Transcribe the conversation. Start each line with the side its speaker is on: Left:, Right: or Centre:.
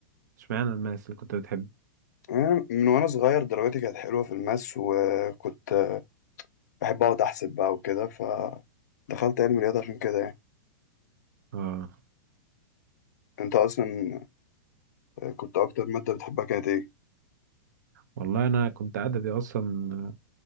Right: اشمعنى الماس اللي كنت بتحبه
Left: أنا من وأنا صغير درجاتي كانت حلوة في الماس وكنت بحب أقعد أحسب بقى وكده فدخلت علم رياضة عشان كده يعني
Right: اه
Left: أنت أصلا آه، كنت أكتر مادة بتحبها كانت إيه؟
Right: والله انا كنت ادبي اصلا